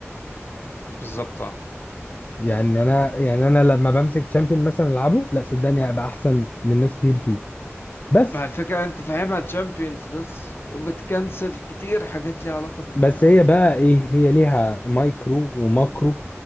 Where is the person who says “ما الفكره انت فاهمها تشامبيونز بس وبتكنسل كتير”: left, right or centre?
Left